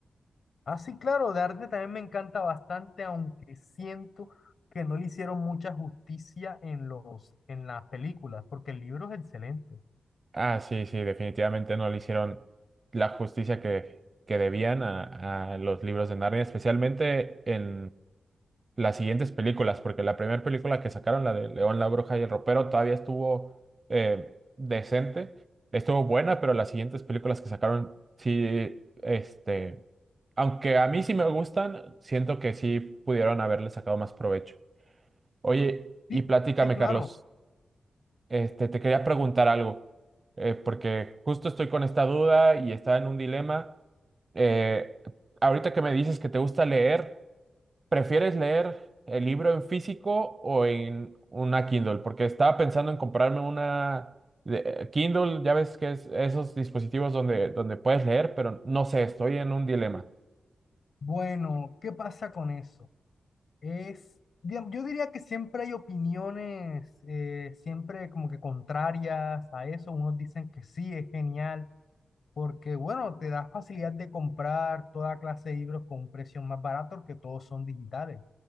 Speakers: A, on the left; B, on the right.
A: Ah, sí, claro, de arte también me encanta bastante, aunque siento que no le hicieron mucha justicia en los, en las películas, porque el libro es excelente.
B: Ah, sí, sí, definitivamente no le hicieron la justicia que, que debían a, a los libros de Narnia, especialmente en las siguientes películas, porque la primera película que sacaron, la de León, la Bruja y el Ropero, todavía estuvo eh, decente, estuvo buena, pero las siguientes películas que sacaron, sí, este, aunque a mí sí me gustan, siento que sí pudieron haberle sacado más provecho. Oye,
A: Sí,
B: y platícame,
A: sí, claro.
B: Carlos. Este, te quería preguntar algo, eh, porque justo estoy con esta duda y estaba en un dilema. Eh, ahorita que me dices que te gusta leer, ¿prefieres leer el libro en físico o en una Kindle? Porque estaba pensando en comprarme una de- eh, Kindle, ya ves que es esos dispositivos donde, donde puedes leer, pero no sé, estoy en un dilema.
A: Bueno, ¿qué pasa con eso? Es, digam- yo diría que siempre hay opiniones, eh, siempre como que contrarias a eso. Unos dicen que sí, es genial, porque bueno, te da facilidad de comprar toda clase de libros con precios más baratos, porque todos son digitales.